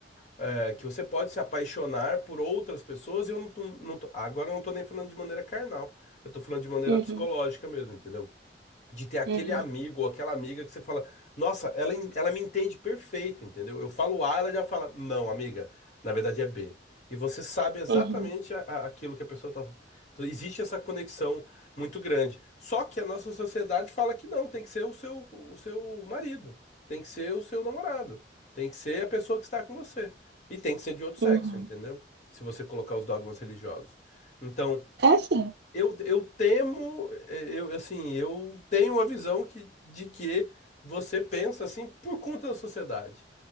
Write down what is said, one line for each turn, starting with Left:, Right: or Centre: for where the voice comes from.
Left: é, que você pode se apaixonar por outras pessoas. E eu não, tô- não tô- agora eu não tô nem falando de maneira carnal, eu tô falando de maneira
Right: uhum,
Left: psicológica mesmo, entendeu? de ter aquele
Right: uhum,
Left: amigo ou aquela amiga que você fala, nossa, ela, en- ela me entende perfeito, entendeu? Eu falo A, ela já fala, não, amiga, na verdade é B. E você sabe exatamente
Right: uhum,
Left: a- a- aquilo que a pessoa tá. Então, existe essa conexão muito grande. Só que a nossa sociedade fala que não, tem que ser o seu, o seu marido, tem que ser o seu namorado, tem que ser a pessoa que está com você. E tem que ser de outro sexo,
Right: uhum.
Left: entendeu? Se você colocar os dogmas religiosos. Então,
Right: É
Left: eu, eu temo, eh, eu assim, eu tenho a visão que, de que você pensa assim por conta da sociedade.